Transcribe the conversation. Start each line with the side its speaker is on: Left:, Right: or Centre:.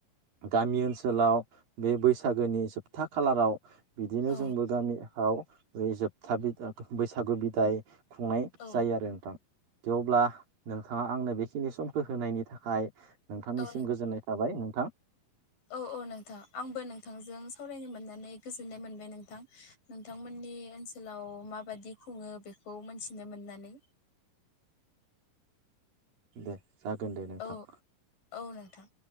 Right: गामि ओनसोलाव बे बैसागोनि जोबथा खालाराव बिदिनो
Left: औ
Right: जोंबो गामियाव बे जोबथा बैसागु बिदाय खुंनाय
Left: औ
Right: जायो आरो नोंथां थेवब्ला नोंथाङा आंनो बेखिनि समखौ होनायनि थाखाय नोंथांनिसिम
Left: नोंथां
Right: गोजोननाय जाबाय नोंथां‌।
Left: औ औ नोंथां आंबो नोंथांजों सावरायनो मोननानै गोजोननाय मोनबाय नोंथां। नोंथांमोननि ओनसोलाव माबादि खुङो बेखौ मोनथिनो मोननानै
Right: दे जागोन दे नोंथां
Left: औ औ नोंथां